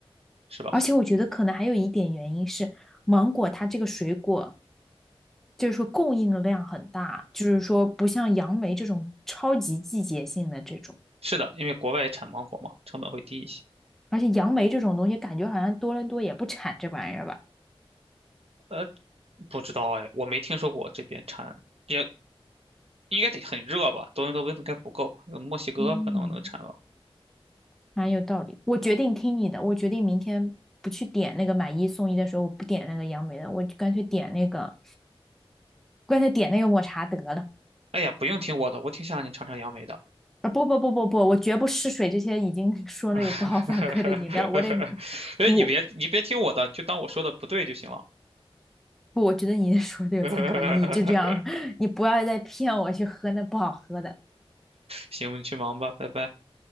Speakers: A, on the right (about 85°); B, in the centre.
A: 是吧？
B: 而且我觉得可能还有一点原因是，芒果它这个水果，就是说供应量很大，就是说不像杨梅这种超级季节性的这种。
A: 是的，因为国外产芒果嘛，成本会低一些。
B: 而且杨梅这种东西，感觉好像多伦多也不产这玩意儿吧？
A: 呃，不知道哎，我没听说过这边产，也应该得很热吧？多伦多温度应该不够，呃墨西哥可能能产吧。
B: 嗯，蛮有道理。我决定听你的，我决定明天不去点那个买一送一的时候，我不点那个杨梅的，我就干脆点那个，干脆点那个抹茶得了。
A: 哎呀，不用听我的，我挺想让你尝尝杨梅的。
B: 啊，不不不不不，我绝不试水这些已经 <laughs> 说了有不好反馈的饮料，
A: <laughs>
B: 我得
A: 哎，
B: 我
A: 你别你别听我的，你就当我说的不对就行了。
B: 不，我觉得你说的有参考意义，
A: <laughs>
B: 就这样了，<laughs> 你不要再骗我去喝那不好喝的。
A: 行，你去忙吧，拜拜。